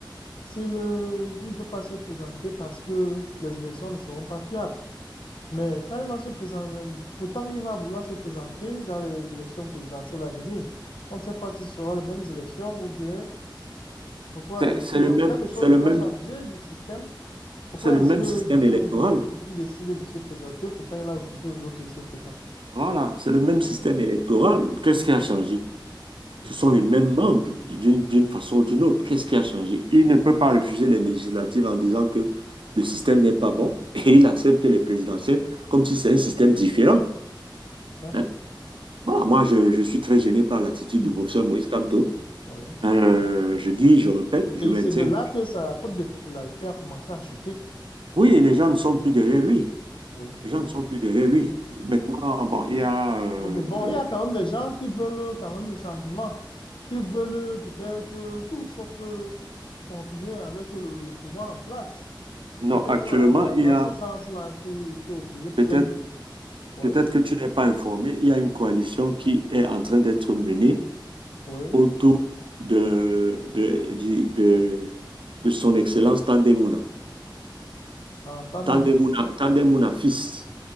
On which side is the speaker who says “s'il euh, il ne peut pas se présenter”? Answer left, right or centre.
Left